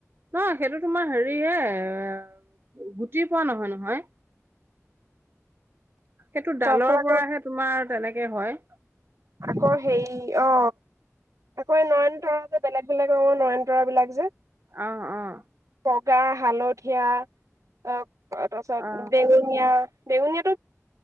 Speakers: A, on the right; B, on the right.
A: নহ সেইটো তোমাৰ হেৰিয়ে গুটি পোৱা নহয় নহয়। সেইটো
B: তাৰপিছত
A: ডালৰ
B: আকৌ
A: পৰাহে তোমাৰ। তেনেকে হয়।
B: আকৌ হেৰি অ আকৌ এই নয়নতৰা যে বেলেগ বেলেগ অ নয়নতৰা বিলাক যে।
A: অ অ।
B: বগা হালধীয়া অ। তাৰ পাছত
A: অ
B: বেঙুনীয়া। বেঙুনীয়াত।